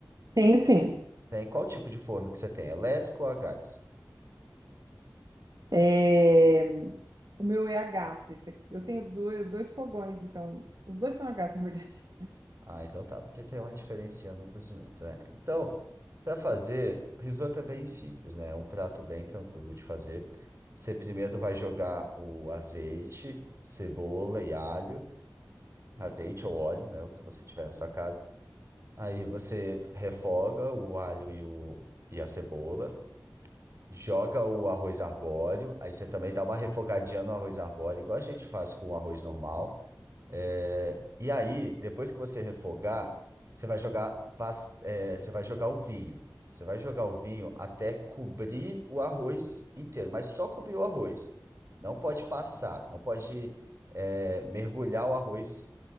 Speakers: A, on the right; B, on the right.
A: Tem sim.
B: Tem qual tipo de forno que você tem? Elétrico ou a gás?
A: É, O meu é a gás. esse aqui. Eu tenho dois, dois fogões, então os dois são a gás, <laughs> na verdade.
B: Ah, então tá, porque tem uma diferença no cozimento, né? Então, para fazer, risoto é bem simples, né? É Um prato bem tranquilo de fazer. Você primeiro vai jogar o azeite, cebola e alho, azeite ou óleo, né? O que você tiver na sua casa. Aí você refoga o alho e, o, e a cebola, joga o arroz arbóreo, aí você também dá uma refogadinha no arroz arbóreo, igual a gente faz com o arroz normal. É, e aí, depois que você refogar, você vai jogar, bas- é, você vai jogar o vinho. Você vai jogar o vinho até cobrir o arroz inteiro, mas só cobrir o arroz. Não pode passar, não pode, é, mergulhar o arroz